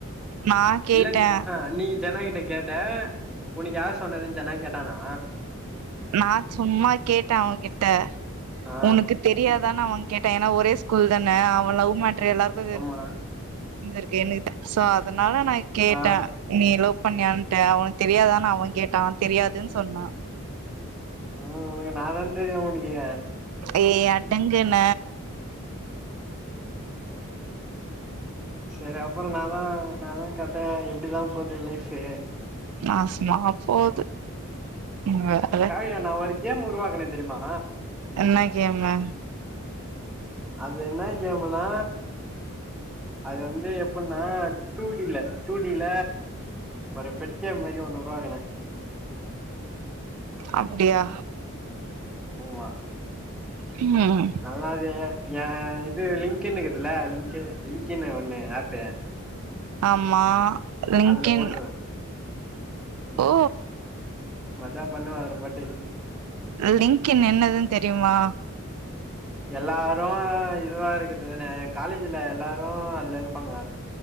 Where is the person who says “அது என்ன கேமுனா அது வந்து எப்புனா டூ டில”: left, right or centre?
Centre